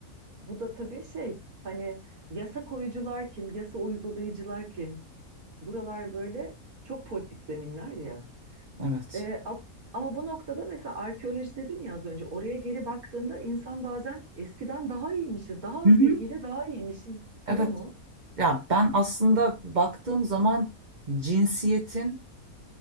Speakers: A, on the right; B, on the right.
A: bu da tabii şey hani yasa koyucular kim, yasa uygulayıcılar kim? Buralar böyle çok politik zeminler ya.
B: Evet.
A: Ee, a- ama bu noktada mesela arkeoloji dedin ya az önce oraya geri baktığında insan bazen eskiden daha iyiymişiz, daha
B: Hı
A: az
B: hı.
A: bilgiyle daha iyiymişiz
B: Evet.
A: diyor mu?
B: Ya ben aslında baktığım zaman cinsiyetin